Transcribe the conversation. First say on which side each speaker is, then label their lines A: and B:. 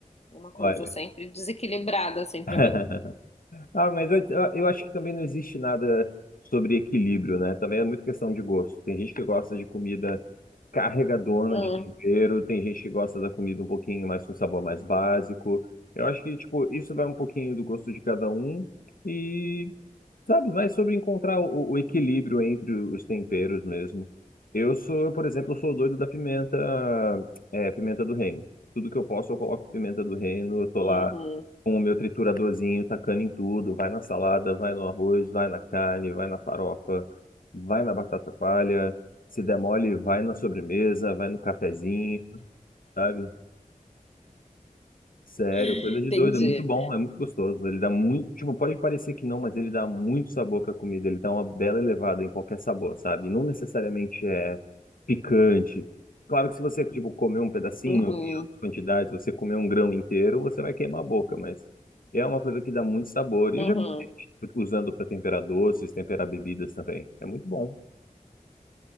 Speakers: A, on the left; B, on the left.
A: Uma
B: olha.
A: coisa sempre desequilibrada, assim, pra
B: <laughs>
A: mim.
B: Ah, mas eu, eu acho que também não existe nada sobre equilíbrio, né? Também é muito questão de gosto. Tem gente que gosta de comida carregadona
A: Hum,
B: de tempero, tem gente que gosta da comida um pouquinho mais com sabor mais básico. Eu acho que, tipo, isso vai um pouquinho do gosto de cada um e, sabe, mais sobre encontrar o, o equilíbrio entre os temperos mesmo. Eu sou, por exemplo, eu sou o doido da pimenta, é, pimenta do reino. Tudo que eu posso, eu coloco pimenta do reino, eu tô
A: uhum,
B: lá com o meu trituradorzinho, tacando em tudo, vai na salada, vai no arroz, vai na carne, vai na farofa, vai na batata palha, se der mole, vai na sobremesa, vai no cafezinho, sabe? Sério,
A: entendi.
B: coisa de doido, é muito bom, é muito gostoso. Ele dá muito, tipo, pode parecer que não, mas ele dá muito sabor pra comida, ele dá uma bela elevada em qualquer sabor, sabe? Não necessariamente é picante. Claro que se você, tipo, comer um pedacinho
A: Uhum,
B: em altas quantidades, você comer um grão inteiro, você vai queimar a boca, mas é uma coisa que dá muito sabor. E
A: uhum,
B: eu já vi gente usando pra temperar doces, temperar bebidas também. É muito bom.